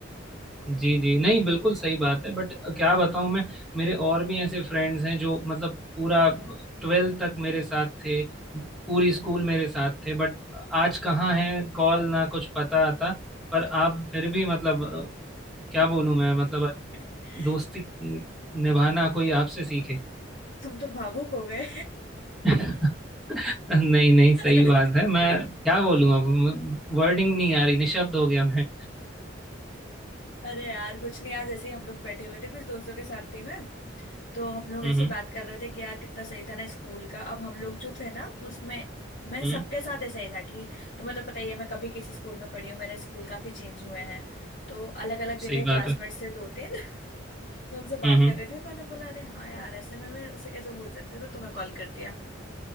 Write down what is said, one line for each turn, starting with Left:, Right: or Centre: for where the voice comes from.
Centre: जी जी नहीं बिल्कुल सही बात है बट क्या बताऊं मैं मेरे और भी ऐसे फ्रेंड्स हैं जो मतलब पूरा ट्वेल्थ तक मेरे साथ थे पूरी स्कूल मेरे साथ थे बट आज कहाँ हैं कॉल ना कुछ पता आता पर आप फिर भी मतलब क्या बोलूं मैं मतलब
Left: <laughs>
Centre: दोस्ती निभाना कोई आपसे सीखे
Left: तुम तो भावुक हो गए
Centre: <laughs> नहीं नहीं
Left: <laughs>
Centre: सही बात है मैं क्या बोलूं अब वर्डिंग नहीं आ रही निशब्द हो गया मैं
Left: अरे यार कुछ नहीं आज ऐसे ही हम लोग बैठे हुए थे कुछ दोस्तों के साथ थी मैं तो हम लोग
Centre: हम्म
Left: ऐसे बात कर रहे थे कि यार कितना सही था ना स्कूल का अब हम लोग जो थे ना उसमें मैं
Centre: हम्म
Left: सबके साथ ऐसा ही था कि तुम्हें तो पता ही है मैं कभी किसी स्कूल में पढ़ी हूँ मेरे स्कूल काफी चेंज हुए हैं तो अलग अलग जगह
Centre: सही बात
Left: क्लासमेट्स
Centre: है
Left: से दो तीन <laughs> तो उनसे बात
Centre: हम्म हम्म,
Left: कर रहे थे मैंने बोला अरे हाँ यार ऐसे में मैं उसे कैसे भूल सकती हूँ तो तुम्हें कॉल कर दिया